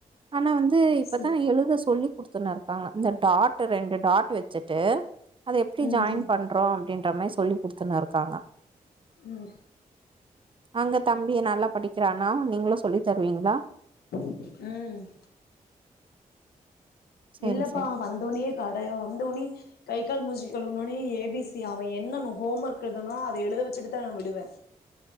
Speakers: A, on the right; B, on the left.
A: ஆனா வந்து இப்பதா
B: சி
A: எழுத சொல்லி் கொடுத்துன்னாறு காங்க இந்த டாட் ரெண்டு டாட் வச்சுட்டு அத எப்டி
B: ம்
A: ஜாயின்
B: ம்
A: பண்றோ அப்டின்ற மாதிரி சொல்லி் கொடுத்துருந்தாருக்கா அங்க
B: ம்
A: அங்க தம்பி நல்லா படிக்கிறானா நீங்களு சொல்லி தருவீங்களா
B: ம்
A: சேரி
B: இல்லப்பா
A: சேரி
B: வந்தோனியே கடய வந்தோனி கை கால் மூஞ்சி கழுவுனவோனே ஏ பி சி அவன் என்னன்ன ஹோம் ஒர்க் எழுதனுமே அதை எழுத வச்சிட்டுதா நா விடுவே